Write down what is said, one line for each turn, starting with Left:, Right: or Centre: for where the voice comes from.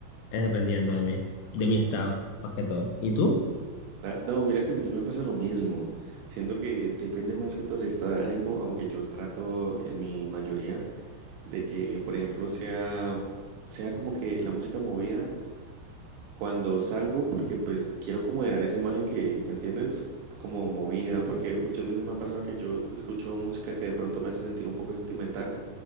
Left: es dependiendo de mí, de mi estado, más que todo. ¿Y tú?
Right: Ah, No, mira que a mí me pasa lo mismo. Siento que depende más que todo el estado de ánimo, aunque yo trato en mi mayoría de que, por ejemplo, sea, sea como que la música movida cuando salgo, porque pues quiero como dejar esa imagen que, ¿me entiendes? Como movida, porque muchas veces me ha pasado que yo escucho música que de pronto me hace sentir un poco sentimental